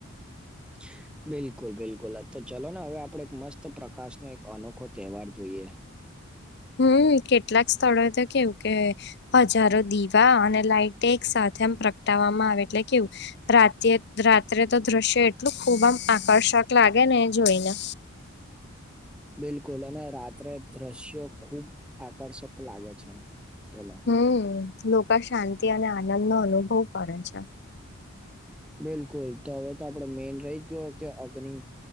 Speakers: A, in the centre; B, on the left.
A: <inaudible> બિલકુલ બિલકુલ તો ચલો ને હવે આપડે એક મસ્ત પ્રકાશનો એક અનોખો તહેવાર જોઈએ.
B: હમ્મ કેટલાક સ્થળોએ તો કેવું કે, હજારો દીપ વા અને લાઈટ એક સાથે એમ પ્રગટાવવામાં આવે એટલે કેવું. રાતે રાત્રે તો દ્રશ્ય એટલું ખૂબ આમ આકર્ષક લાગે ને એ જોઈને.
A: બિલકુલ અને રાત્રે દ્રશ્યો ખુબ આકર્ષક લાગે છે. કેલો.
B: હમ્મ લોકો શાંતિ અને આનંદ નો અનુભવ કરે છે.
A: બિલકુલ તો હવે તો આપડે મેન રહી જ ગયો કે અગ્નિ,